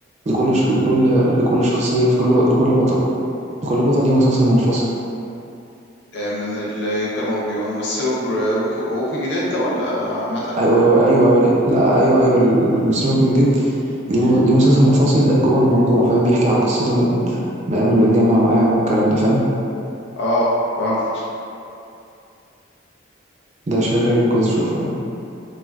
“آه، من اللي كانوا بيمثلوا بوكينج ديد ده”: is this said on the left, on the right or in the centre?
Left